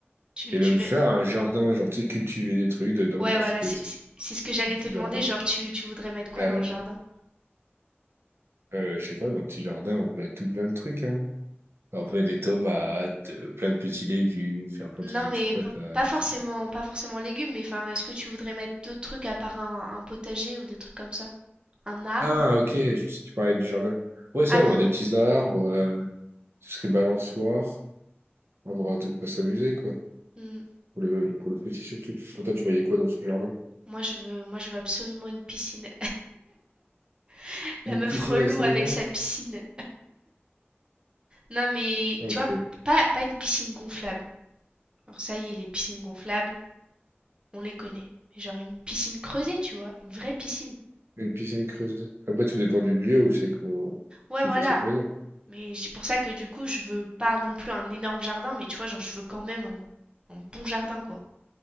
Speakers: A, on the right; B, on the right.
A: Tu,
B: et
A: tu
B: même
A: veux...
B: faire un jardin, genre, tu sais, cultiver des trucs dedans,
A: Ouais, voilà,
B: ça peut
A: c'est
B: être
A: c'est- c'est ce que j'allais
B: un petit
A: te demander.
B: jardin.
A: Genre, tu, tu voudrais mettre quoi
B: Ah
A: dans
B: oui.
A: le jardin?
B: Euh, je sais pas, dans un petit jardin, on peut mettre tout plein de trucs, hein. Enlever des tomates, euh, plein de petits légumes, faire planter
A: Non,
B: des
A: mais
B: petites patates.
A: p- pas forcément, pas forcément légumes, mais enfin, est-ce que tu voudrais mettre d'autres trucs à part un, un potager ou des trucs comme ça? Un arbre?
B: Ah, ok, je pensais que tu parlais du jardin. Ouais, ça,
A: Ah
B: avoir
A: non,
B: des
A: non.
B: petits arbres, euh, tout ce qui est balançoire, avoir de quoi s'amuser, quoi.
A: Hmm.
B: Pour le, pour le petit surtout. Pour toi, tu voyais quoi dans ce jardin?
A: Moi, je veux, moi, je veux absolument une piscine. <laughs>
B: Une
A: La meuf
B: piscine,
A: relou
B: absolument?
A: avec sa piscine. Non, mais
B: Ok.
A: tu vois, pas, pas une piscine gonflable. Alors ça y est, les piscines gonflables, on les connaît. Mais genre une piscine creusée, tu vois, une vraie piscine.
B: Une piscine creusée. Après, tout dépend du lieu où c'est qu'on,
A: Ouais,
B: tu
A: voilà.
B: veux cette maison.
A: Mais c'est pour ça que du coup, je veux pas non plus un énorme jardin, mais tu vois, genre, je veux quand même un, un bon jardin, quoi.